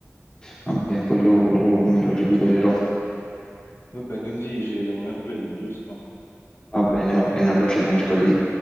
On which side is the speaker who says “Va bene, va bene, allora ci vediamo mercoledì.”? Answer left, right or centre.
Left